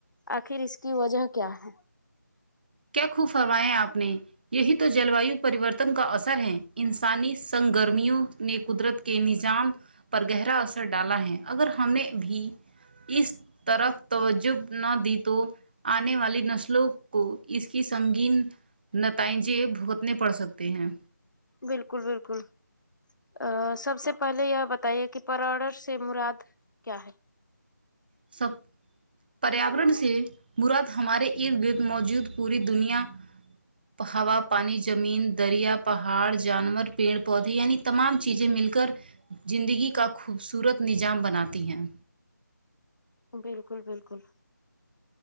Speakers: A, on the left; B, on the right.
A: آخر اس کی وجہ کیا ہے
B: کیا خوب فرمایا آپ نے یہی تو جل وایو پریوارتن کا اثر ہے انسانی سنگ گرمی نے قدرت کے نظام پر گہرا اثر ڈالا ہے اگر ہم نے بھی اس طرف توجہ نہ دی تو آنے والے نسلوں کو اس کی سنگین نتائجے بھگتنے پڑ سکتے ہیں
A: بالکل بالکل ا سب سے پھلے یہ بتایی کی پر آڈر سے موراد کیا ہے
B: سب پریاورن سے موراد ہمارے ارد گرد موجود پوری دنیا ہے ہوا پانی جمین دریا پہاڑ جانور پیڑ پودے یعنی تمام چیزیں مل کر زندگی کا خوبصورت نظام بناتی ہیں
A: بالکل بالکل